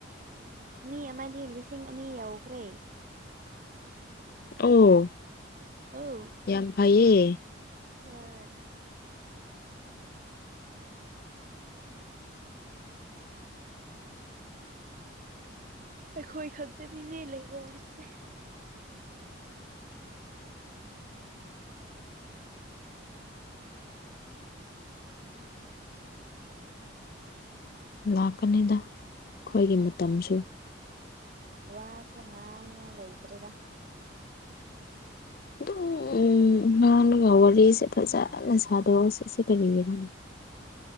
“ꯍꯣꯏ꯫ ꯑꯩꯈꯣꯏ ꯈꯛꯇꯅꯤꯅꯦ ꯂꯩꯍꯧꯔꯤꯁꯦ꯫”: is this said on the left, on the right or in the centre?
Right